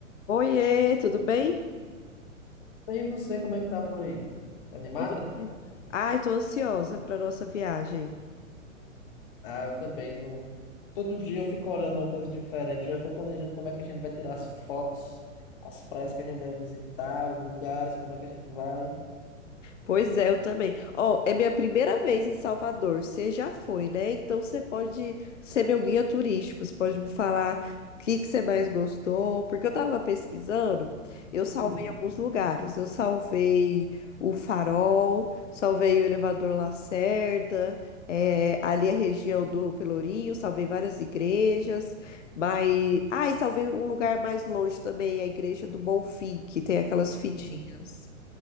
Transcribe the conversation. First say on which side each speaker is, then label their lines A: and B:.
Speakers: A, on the left; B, on the left.
A: Oiê, tudo bem?
B: Bem, você, como é que tá por aí? Tá animada?
A: Tudo bem. Ai, tô ansiosa para nossa viagem.
B: Ah, eu também. não- Todo dia eu fico olhando uma coisa diferente. Eu já tô planejando como é que a gente vai tirar as fotos, as praias que a gente deve visitar, os lugares, como é que a gente vai.
A: Pois é, eu também. Ó, é minha primeira vez em Salvador. Você já foi, né? Então você pode ser meu guia turístico. Você pode me falar o que que você mais gostou. Porque eu tava pesquisando, eu salvei
B: Hum,
A: alguns lugares. Eu salvei o Farol, salvei o Elevador Lacerda, eh, ali a região do Pelourinho, salvei várias igrejas. Mas. Ah, e salvei um lugar mais longe também, a Igreja do Bonfim, que tem aquelas fitinhas.
B: uhum,